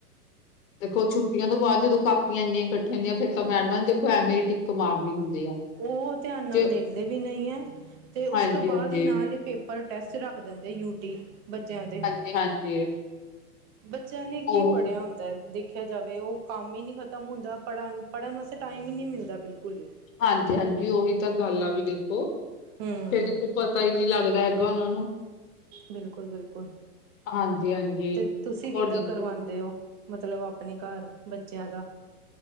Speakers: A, on the left; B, on the right.
A: ਦੇਖੋ ਛੁੱਟੀਆਂ ਤੋਂ ਬਾਅਦ ਜਦੋਂ ਕਾਪੀਆਂ ਇੰਨੀਆਂ ਇਕੱਠੀਆਂ ਹੁੰਦੀਆਂ ਫੇਰ ਤਾਂ ਮੈਡਮਾਂ ਨੇ ਦੇਖੋ ਐਵੇਂ ਹੀ ਟਿੱਕ ਮਾਰਨੀ ਹੁੰਦੀ ਆ।
B: ਉਹ ਤਿਆਨ ਨਾਲ
A: ਜੇ
B: ਦੇਖਦੇ ਵੀ ਨਈ ਏ ਤੇ
A: ਹਾਂਜੀ
B: ਉਸ ਤੋਂ ਬਾਅਦ
A: ਹਾਂਜੀ
B: ਹੀ ਨਾਲ ਹੀ ਪੇਪਰ ਪਰ ਟੈਸਟ ਰੱਖ ਦਿੰਦੇ ਯੂਟੀ ਬੱਚਿਆਂ ਦੇ
A: ਹਾਂਜੀ- ਹਾਂਜੀ
B: ਬੱਚਿਆਂ ਨੇ
A: ਉਹ
B: ਕੀ ਪੜ੍ਹਿਆ ਦੇਖਿਆ ਜਾਵੇ ਉਹ ਕੰਮ ਹੀ ਨਈ ਖਤਮ ਹੁੰਦਾ ਪੜ੍ਹਨ ਪੜ੍ਹਨ ਵਾਸਤੇ ਟਾਈਮ ਹੀ ਨਹੀਂ ਮਿਲਦਾ ਬਿਲਕੁਲ ਹੀ।
A: ਹਾਂਜੀ-ਹਾਂਜੀ ਉਹੀ ਤਾਂ ਗੱਲ ਆ ਵੀ ਦੇਖੋ
B: ਹਮ
A: ਫਿਰ ਦੇਖੋ ਪਤਾ ਈ ਨੀਂ ਲੱਗਦਾ ਹੈਗਾ ਉਹਨਾਂ ਨੂੰ।
B: ਬਿਲਕੁਲ, ਬਿਲਕੁਲ
A: ਹਾਂਜੀ ਹਾਂਜੀ
B: ਤੇ ਤੁਸੀਂ
A: ਹੋਰ
B: ਕਿੱਦਾਂ
A: ਦੇਖੋ
B: ਕਰਵਾ਼ਦੇ ਓ? ਮਤਲਬ ਆਪਣੇ ਕੱਰ ਬੱਚਿਆਂ ਦਾ